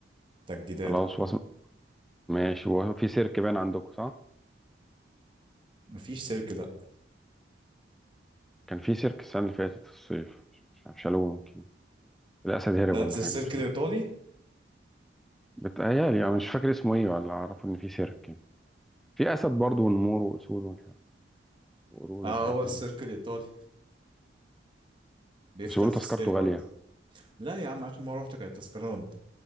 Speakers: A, on the right; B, in the centre.
A: تجديدات
B: خلاص
A: وكده
B: وصل ماشي هو في سيرك باين عندكم صح؟
A: مفيش سيرك لا
B: كان في سيرك السنة اللي فاتت في الصيف مش عارف شالوه يمكن الأسد هرب
A: ده
B: ولا
A: السيرك
B: حاجة مش
A: الإيطالي
B: عارف بتهيألي أنا مش فاكر اسمه إيه ولا أعرف إن في سيرك يعني. في أسد برضه ونمور وأسود ومش عارف وقرود
A: اه
B: وحاجات
A: هو السيرك
B: من دي
A: الإيطالي بيفتح
B: بس بيقولوا
A: في
B: تذكرته
A: الصيف برضه
B: غالية
A: لا يا عم آخر مرة رحت كانت التذكرة ب